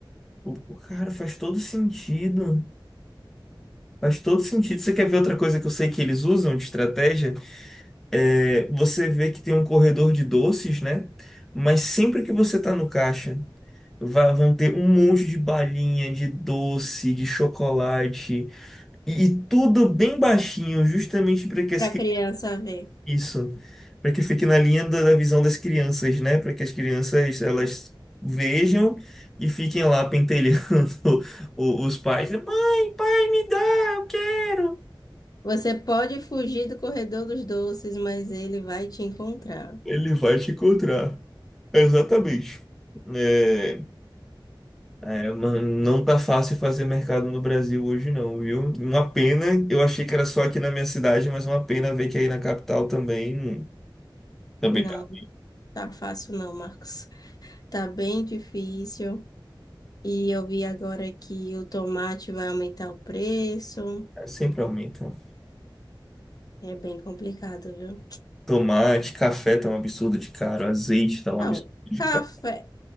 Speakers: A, in the centre; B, on the left.
A: O, o cara faz todo sentido. Faz todo sentido. Você quer ver outra coisa que eu sei que eles usam de estratégia? É, você vê que tem um corredor de doces, né? Mas sempre que você tá no caixa, va- vão ter um monte de balinha, de doce, de chocolate, e, e tudo bem baixinho, justamente para que as
B: para
A: cri-
B: criança ver.
A: isso, para que fique na linha da, da visão das crianças, né? Para que as crianças elas vejam e fiquem lá pentelhando <laughs> o- os pais. Mãe, pai, me dá, eu quero.
B: Você pode fugir do corredor dos doces, mas ele vai te encontrar.
A: Ele vai te encontrar. Exatamente. É, É, mano, não tá fácil fazer mercado no Brasil hoje não, viu? Uma pena, eu achei que era só aqui na minha cidade, mas uma pena ver que aí na capital também, também
B: Não,
A: tá.
B: tá fácil não, Marcos. Tá bem difícil. E eu vi agora que o tomate vai aumentar o preço.
A: É, sempre aumenta.
B: É bem complicado, viu?
A: Tomate, café tá um absurdo de caro, azeite tá um
B: Não,
A: absurdo de
B: café.
A: caro,